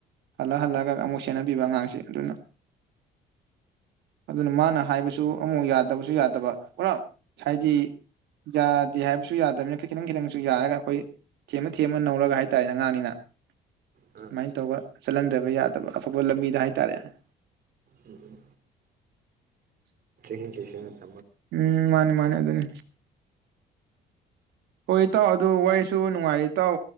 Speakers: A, on the right; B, on the right.
A: ꯍꯜꯂ ꯍꯜꯂꯛꯂꯒ ꯁꯦꯟꯅꯕꯤꯕ ꯑꯉꯥꯡꯁꯦ ꯑꯗꯨꯅ ꯑꯗꯨꯅ ꯃꯥꯅ ꯍꯥꯏꯕꯁꯨ
B: ꯎꯝ ꯎꯝ
A: ꯑꯃꯨꯛ ꯌꯥꯗꯕꯁꯨ ꯌꯥꯗꯕ ꯄꯨꯔꯥ ꯍꯥꯏꯗꯤ ꯌꯥꯗꯦ ꯍꯥꯏꯕꯁꯨ ꯌꯥꯗꯕꯅꯤꯅ ꯈꯤꯇꯪ ꯈꯤꯇꯪꯁꯨ ꯌꯥꯔꯒ ꯑꯩꯈꯣꯏ ꯊꯦꯝꯃ ꯊꯦꯝꯃ ꯅꯧꯔꯒ ꯍꯥꯏꯗꯤ ꯑꯉꯥꯡꯅꯤꯅ ꯑꯗꯨꯃꯥꯏ
B: ꯑꯣ ꯑꯥ
A: ꯇꯧꯔꯒ ꯆꯠꯍꯟꯗꯕ ꯌꯥꯗꯕ ꯑꯐꯕ ꯂꯝꯕꯤꯗ ꯍꯥꯏ ꯇꯥꯔꯦꯅꯦ
B: ꯎꯝ ꯎꯝ <unintelligible>
A: ꯎꯝ ꯃꯥꯅꯦ ꯃꯥꯅꯦ ꯎꯝ ꯍꯣꯏ ꯏꯇꯥꯎ ꯑꯗꯣ ꯋꯥꯔꯤꯁꯨ ꯅꯨꯡꯉꯥꯏꯔꯤ ꯏꯇꯥꯎ